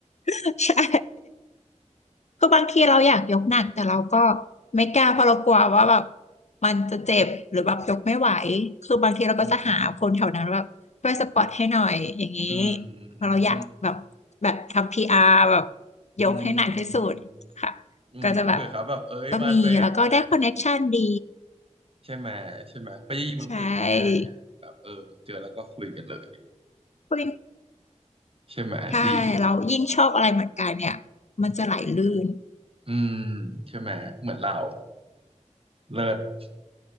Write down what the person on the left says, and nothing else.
ใช่ คือบางทีเราอยากยกหนักแต่เราก็ไม่กล้าเพราะเรากลัวว่าแบบมันจะเจ็บหรือแบบยกไม่ไหวคือบางทีเราก็จะหาคนแถวนั้นแบบช่วยสปอร์ตให้หน่อยอย่างนี้
เพราะเราอยากแบบแบบทำพีอาร์แบบ
ยกให้หนักที่สุดค่ะ
ก็จะแบบก็มีแล้วก็ได้คอนเน็กชันดี
ใช่คุณ
ใช่เรายิ่งชอบอะไรเหมือนกันเนี่ยมันจะไหลลื่น